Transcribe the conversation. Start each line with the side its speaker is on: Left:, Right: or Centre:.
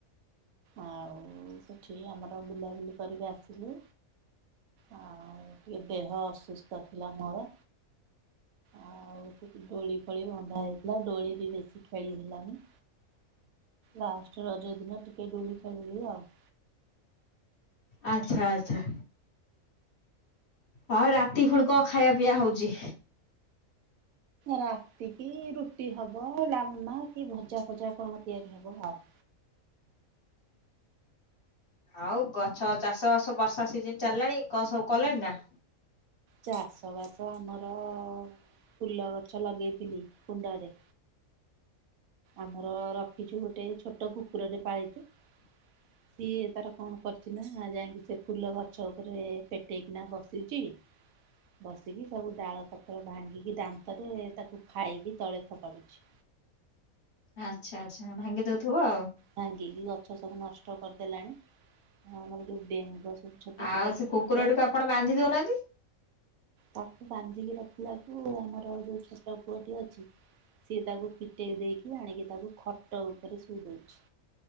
Right: ଆଉ ସେଠି ଆମର ବୁଲାବୁଲି କରିକି ଆସିଲୁ। ଆଉ ଟିକେ ଦେହ ଅସୁସ୍ଥ ଥିଲା ମୋର। ଆଉ ସେଠି ଦୋଳି ଫୋଳି ବନ୍ଧା ହେଇଥିଲା ଦୋଳି ବି ବେଶି ଖେଳି ହେଲାନେହିଁ।
Left: <inaudible>
Right: ଲାଷ୍ଟେ ରଜ ଦିନ ଟିକେ ଦୋଳି ଖେଳଳି ଆଉ।
Left: ଆଚ୍ଛା ଆଚ୍ଛା। ହଁ ରାତି ଫୁଣି କଣ ଖାଇବା ପିଇଆ ହୋଉଚି?
Right: ରାତି କିି ରୁଟି ହବ ଡାଲମା କି ଭଜା ଫଜା କଣ ତିଆରି ହବ ଆଉ।
Left: ଆଉ ଗଛ ଚାଷ ବାସ ବର୍ଷା ସିଜନ ଚାଲିଲାଣି କଣ ସବୁ କଲେଣି ନା?
Right: ଚାଷ ବାସ ଆମର ଫୁଲ ଗଛ ଲଗେଇଥିଲି କୁଣ୍ଡରେ। ଆମର ରଖିଛୁ ଗୋଟେ ଛୋଟ କୁକୁରଟେ ପାଳିିଛୁ।
Left: ହ
Right: ସିଏ ତାର କଣ କରିୁଛି ନା ଯାଇକି ସେ ଫୁଲ ଗଛ ଉପରେ ପେଟେଇକିନା ବସିଛି। ବସିକି ସବୁ ଡାଳ ପତ୍ର ଭାଙ୍ଗିକି ଦାନ୍ତରେ ତାକୁ ଖାଇକି ତଳେଖପଡୁଛି।
Left: ଆଚ୍ଛା ଆଚ୍ଛା ଭାଙ୍ଗିଦଉଥିବ ଆଉ।
Right: ଭାଙ୍ଗି ଗଛ ସବୁ ନଷ୍ଟ କରିଦେଲାଣି ଆ ଆମର ଯୋଉ ବେଙ୍ଗ ଛୋଟ
Left: ଆଉ
Right: ଛୋଟ
Left: ସେ କୁକୁରଟିକୁ ଆପଣ ବାନ୍ଧି ଦଉନାହାନ୍ତି।
Right: ତାକୁ ବାନ୍ଧିକି ରଖିଲାକୁୁ ଆମର ଯୋଉ ପୁଅଟି ଅଛି। ସିଏ ତାକୁ ଫିଟେଇ ଦେଇକି ଆଣିକି ତାକୁ ଖଟ ଉପରେ ଶୋଇ ଦଉଛି।